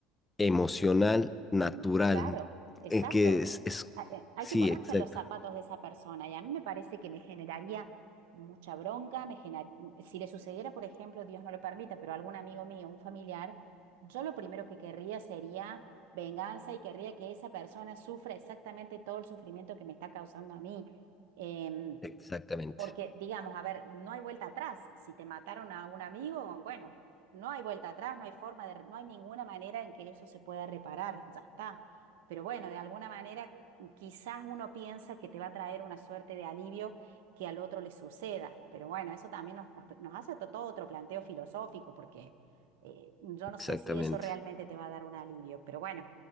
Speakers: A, on the left (about 15°); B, on the right (about 75°).
A: emocional, natural,
B: Ujú. Claro, exacto.
A: en que es, es
B: a- eh, Hay
A: sí,
B: que ponerse
A: exacto,
B: en los zapatos de esa persona y a mí me parece que me generaría mucha bronca, me genera- si le sucediera, por ejemplo, Dios no lo permita, pero a algún amigo mío, un familiar, yo lo primero que querría sería venganza y querría que esa persona sufra exactamente todo el sufrimiento que me está causando a mí. Em,
A: exactamente,
B: porque, digamos, a ver, no hay vuelta atrás. Si te mataron a un amigo, bueno, no hay vuelta atrás, no hay forma de, no hay ninguna manera en que eso se pueda reparar, ya está. Pero bueno, de alguna manera, quizás uno piensa que te va a traer una suerte de alivio que al otro le suceda. Pero bueno, eso también nos, nos- nos hace to- todo otro planteo filosófico, porque eh, yo no
A: exactamente.
B: sé si eso realmente te va a dar un alivio. Pero bueno,